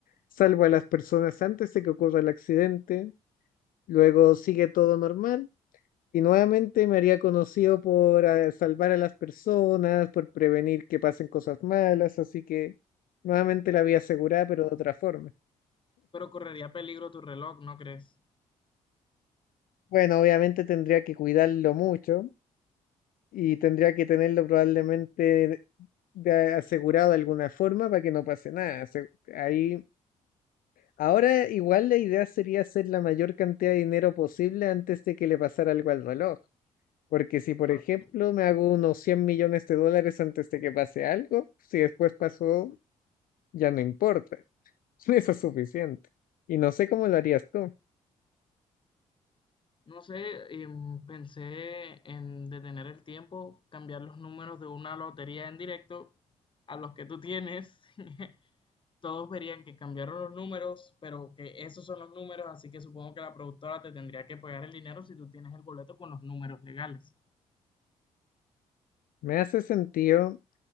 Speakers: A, on the left (about 55°); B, on the left (about 30°).
A: salvo a las personas antes de que ocurra el accidente, luego sigue todo normal y nuevamente me haría conocido por eh, salvar a las personas, por prevenir que pasen cosas malas, así que nuevamente la vía asegurada, pero de otra forma.
B: pero correría peligro tu reloj, ¿no crees?
A: Bueno, obviamente tendría que cuidarlo mucho y tendría que tenerlo probablemente de- asegurado de alguna forma para que no pase nada. Se- Ahí, ahora igual la idea sería hacer la mayor cantidad de dinero posible antes de que le pasara algo al reloj. Porque si, por
B: <laughs>
A: ejemplo, me hago unos 100 millones de dólares antes de que pase algo, si después pasó, ya no importa. <laughs> Eso es suficiente. Y no sé cómo lo harías tú.
B: No sé, em, pensé en detener el tiempo, cambiar los números de una lotería en directo a los que tú tienes. <laughs> Todos verían que cambiaron los números, pero que esos son los números, así que supongo que la productora te tendría que pagar el dinero si tú tienes el boleto con los números legales.
A: Me hace sentido.